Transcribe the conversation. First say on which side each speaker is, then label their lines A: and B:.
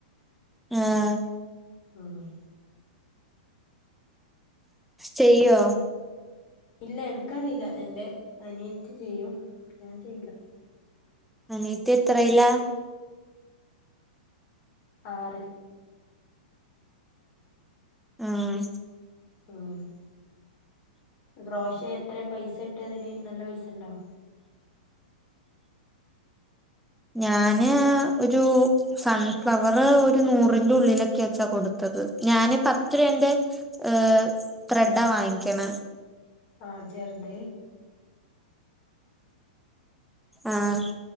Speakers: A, in the centre; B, on the left.
A: ആഹ്
B: ആഹ്
A: ചെയ്യോ
B: ഇല്ല എനിക്കറിയില്ല എന്റെ അനിയത്തി ചെയ്യും ഞാൻ ചെയ്യ്ലാ
A: അനിയത്തി എത്രയില്ല
B: ആറിൽ
A: ഉം
B: ആഹ് ബ്രോസേ എത്ര പൈസ കിട്ടാ അതിന് നല്ല പൈസ ഉണ്ടോ
A: ഞാന് ഒരൂ സൺഫ്ലവറ് ഒരു നൂറിന്റെ ഉള്ളിലൊക്കേച്ചാ കൊടുത്തത് ഞാന് പത്ത് രൂപന്റെ ഏഹ് ത്രഡാ വാങ്ങിക്കണ
B: ആഹ് ചെറുത്
A: ആഹ്